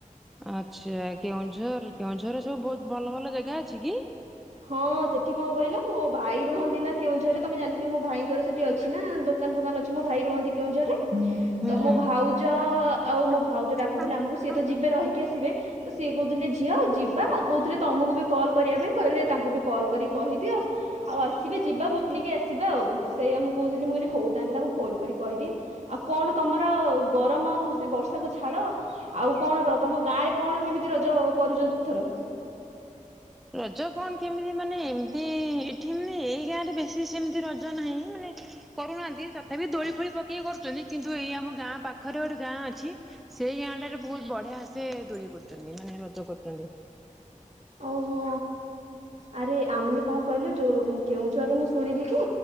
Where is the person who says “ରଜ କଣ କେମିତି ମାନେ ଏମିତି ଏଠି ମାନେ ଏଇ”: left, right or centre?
Centre